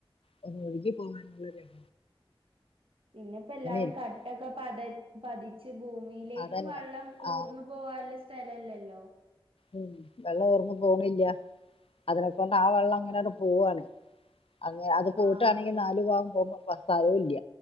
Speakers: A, on the left; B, on the right.
A: <unintelligible> ഒന്ന് ഒഴുകി പോകാനും <unintelligible>
B: പിന്നെ ഇപ്പ എല്ലാരും
A: ഇരിക്കും
B: കട്ടൊക്കെപ്പത പതിച്ച് ഭൂമിയിലേക്ക്
A: അതന്നെ
B: വള്ളം
A: ആ
B: ഊർന്നു പോവാൻള്ള സ്ഥലല്ലല്ലോ
A: ഉംമ് വെള്ളം ഊർന്ന പോണില്ല അതിനെ കൊണ്ട് ആ വെള്ളം
B: ആഹ്
A: ങ്ങനെ പോവാണ് അങ്ങനെ അത് പോയിട്ടണെങ്കി
B: ആഹ് ആഹ് അതെ
A: നാല് പോവാം പോമ്പ സ്ഥലവല്ല